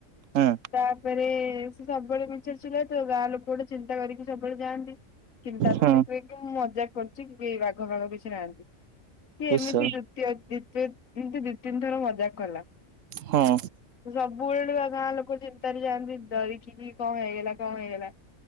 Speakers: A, on the right (about 75°); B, on the left (about 80°).
A: ହଁ
B: ତାପରେ ସବୁବେଳେ ମିଛରେ ଚିଲାଏ। ତ ଗାଁ ଲୋକ ଗୋଟେ ଚିନ୍ତା କରିକି ସବୁବେଳେ ଯାଆନ୍ତି। କିନ୍ତା ତା
A: ହଁ
B: ପାଖ କୁହେ କି ମୁଁ ମଜା କରୁଛି କେହି ବାଘ ଫାଗ କିଛି କେହି ନାହାଁନ୍ତି ସିଏ
A: ଈଶ୍ୱର
B: ଏମିତି ଦ୍ଵିତୀୟ ଦି ତିନି ଏମତି ଦିଇ ତିନି ଥର ମଜା କଲା।
A: ହଁ
B: <inaudible> ସବୁବେଳେ ଗାଁ ଲୋକ ଚିନ୍ତାରେ ଯାଆନ୍ତି ଡ଼ରିକି କଣ ହେଇଗଲା। କଣ ହେଇଗଲା